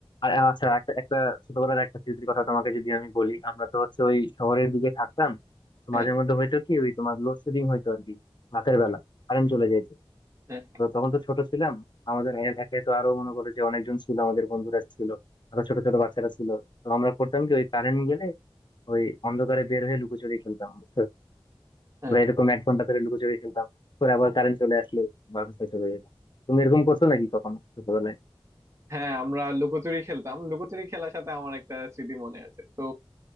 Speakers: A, on the left; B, on the right.
A: আ- আচ্ছা একটা একটা ছোটবেলার একটা স্মৃতির কথা তোমাকে যদি আমি বলি আমরা তো হচ্ছে ওই শহরের দিকে থাকতাম তো
B: হ্যাঁ
A: মাঝে মধ্যে হয়তো কি ওই তোমার লোডশেডিং হয়তো আর কি রাতের বেলা কারেন্ট চলে যাইতো
B: হ্যাঁ
A: তো তখন তো ছোট ছিলাম আমাদের এলাকায় তো আরো মনে করে যে অনেকজন ছিল আমাদের বন্ধুরা ছিল আরো ছোট ছোট বাচ্চারা ছিল তো আমরা করতাম কি ওই কারেন্ট গেলে ওই অন্ধকারে বের হয়ে লুকোচুরি খেলতাম বুঝছো?
B: হ্যাঁ
A: আমরা এরকম এক ঘন্টা ধরে লুকোচুরি খেলতাম পরে আবার কারেন্ট চলে আসলে বাসায় চলে যেতাম তুমি এরকম করছো নাকি কখনো ছোটবেলায়
B: হ্যাঁ আমরা লুকোচুরি খেলতাম লুকোচুরি খেলার সাথে আমার একটা স্মৃতি মনে আছে তো